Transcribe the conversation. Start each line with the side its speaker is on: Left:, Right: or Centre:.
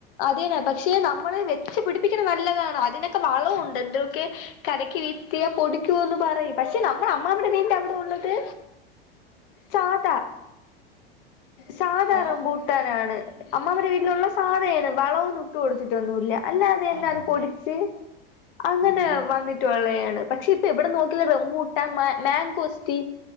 Left: അതന്നെ പക്ഷെ നമ്മള് വെച്ച് പിടിപ്പിക്ക്ന്നെ നല്ലതാണ് അതിനൊക്കെ വളവുണ്ട് എന്തൊക്കെ കരക്ക് വീത്തിയ പൊടിക്കുവോന്ന് പറയും പക്ഷെ നമ്മള അമ്മാമ്മന്റെ വീടിന്റെ അവിടെ ഉള്ളത് സാധാ സാധാ
Right: ഓ
Left: റംബൂട്ടാനാണ് അമ്മാമ്മടെ വീട്ടിലുള്ള സാധെയത് വളം ഒന്നും ഇട്ട് കൊടുത്തിട്ടൊന്നുയില്ല അല്ല അതിയന്നാ
Right: ആഹ് ആഹ്
Left: അത് പൊടിച്ച് അങ്ങനെ
Right: ഉം ഉം
Left: വന്നി കളയാണ് പക്ഷെ ഇപ്പെ എവിടെ നോക്കിയാറിയോ റംബൂട്ടാൻ മ മാങ്കോസ്റ്റി